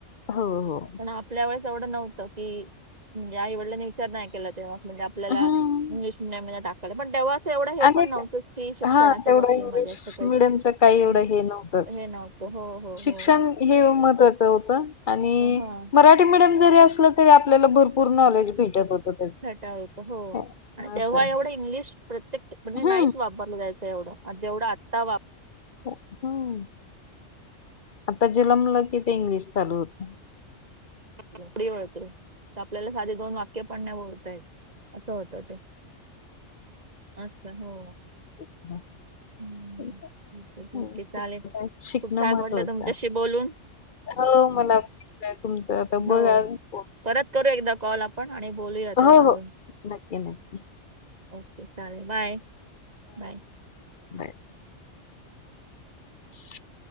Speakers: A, on the left (about 45°); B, on the right (about 35°).
A: हो हो.
B: पण आपल्या वेळेस एवढं नव्हतं की, म्हणजे आई वडिलांनी विचार नाही केला तेव्हा, म्हणजे आपल्याला
A: हं.
B: इंग्लिश मिडियममध्ये टाकायल, पण तेव्हा एवढं हे
A: आणि
B: पण नव्हतं की शिक्षणाच्या
A: हां, तेवढं
B: बाबतीमध्ये
A: इंग्लिश
B: असं काही
A: मीडियमचं काही एवढं
B: हम्म
A: हे नव्हतंच.
B: हे नव्ह तं हो हो
A: शिक्षण
B: हो.
A: हे महत्त्वाचं होतं आणि
B: हा
A: मरा ठी मीडियम जरी असलं, तरी आपल्याला भरपूर नॉलेज भेटतं होतं.
B: भेटत होतं हो
A: त्याचं
B: आणि तेव्हा
A: असं
B: एवढं इंग्लिश प्रत्येक म्हणजे
A: हम्म.
B: नाहीच वापरलं जायचं एवढं, जेवढं आता वापर
A: हो हम्म. आता जन्मलं की ते इंग्लिश चालू होतंय.
B: बोबडी वळते. आपल्याला साधे दोन वाक्य पण नाही बोलता येत असं होतं ते. असतं हो.
A: <inaudible>
B: हम्म. ठीक आहे ठीक आहे चालेल
A: शिकणं
B: खूप छान
A: महत्वाचं
B: वाटलं तुमच्याशी
A: आहे.
B: बोलून
A: हो मला पटतंय तुमचं आता
B: हो
A: बघा <unintelligible>
B: परत करू एकदा कॉल आपण आणि बोलूया
A: हो
B: तेव्हा आजुन.
A: हो नक्की नक्की
B: ओके चालेल बाय. बाय.
A: बाय. <inaudible>